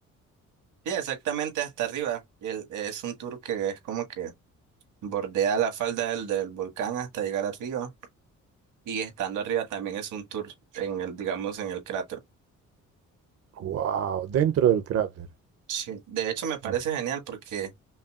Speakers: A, on the right; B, on the right.
A: Sí, exactamente hasta arriba. Y el- es un tour que es como que bordea la falda del, del volcán hasta llegar arriba. Y estando arriba también es un tour en el, digamos, en el cráter.
B: Wow, dentro del cráter.
A: Sí. De hecho, me parece
B: Mm,
A: genial porque